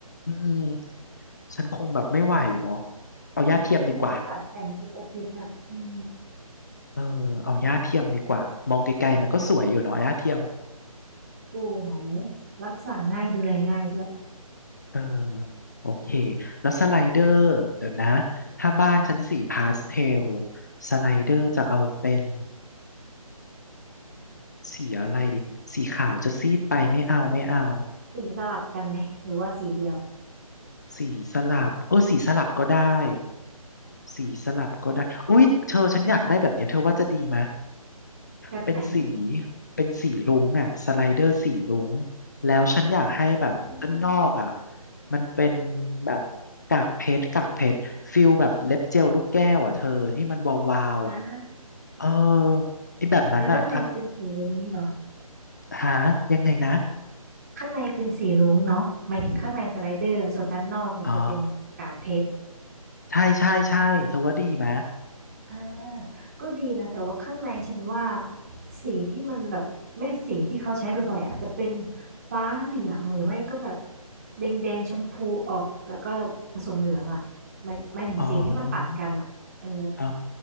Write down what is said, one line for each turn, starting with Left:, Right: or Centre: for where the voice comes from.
Left: อืม ฉันคงแบบไม่ไหวเนาะเอาหญ้าเทียมดีกว่า
Right: คือเธอต้องตัดแต่งทุกอาทิตย์น่ะอืม
Left: เออเอาหญ้าเทียมดีกว่ามองไกลๆมันก็สวยอยู่เนาะหญ้าเทียม
Right: สวยรักษาง่ายดูแลง่ายด้วย
Left: เออโอเคแล้วสไลเดอร์เดี๋ยวนะถ้าบ้านชั้นสีพาสเทลสไลเดอร์จะเอาเป็นสีอะไรดีสีขาวจะซีดไปไม่เอาไม่เอา
Right: สีสลับกันไหมหรือว่าสีเดียว
Left: สีสลับเออสีสลับก็ได้สีสลับก็ได้อุ๊ยเธอฉันอยากได้แบบเนี้ยเธอว่าจะดีไหม
Right: แบบไหน
Left: เป็นสี เป็นสีรุ้งอ่ะสไลเดอร์สีรุ้ง แล้วฉันอยากให้แบบด้านนอกอ่ะ
Right: อืม
Left: มันเป็นแบบกากเพชรกากเพชรฟิลแบบเล็บเจลลูกแก้วอ่ะเธอที่มันวาวๆอ่ะ
Right: อ่า
Left: เออไอ้แบบนั้นอ่ะทั้ง
Right: แล้วด้านในเป็นสีรุ้งนี้เนาะ
Left: หายังไงนะ
Right: ข้างในเป็นสีรุ้งเนาะหมายถึงข้างในสไลเดอร์ส่วนด้านนอกเนี่ยจะเป็นกากเพชร
Left: อ๋อใช่ใช่ใช่เธอว่าดีไหม
Right: อ่าก็ดีนะแต่ว่าข้างในฉันว่าสีที่มันแบบแม่สีที่เขาใช้บ่อยๆอาจจะเป็นฟ้าเหลืองหรือไม่ก็แบบแดงแดงชมพูออกแล้วก็ผสมเหลืองอ่ะหมายหมายถึงสีที่มันตัดกันอ่ะเออ
Left: อ๋ออ๋อ